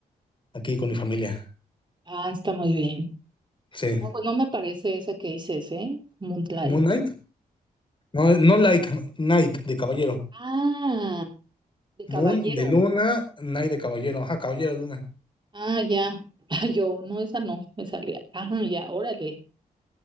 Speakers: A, on the left; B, on the right.
A: aquí con mi familia.
B: Ah, está muy bien.
A: Sí.
B: No, pues no me parece esa que dices, ¿eh? Moonlight.
A: Moon Knight? No, no Light, Knight de caballero.
B: Ah, de
A: Moon
B: caballero.
A: de luna, Knight de caballero. Ajá, caballero de luna.
B: Ah, ya. <laughs> Yo, no, esa no, me salía. Ajá, ya, órale.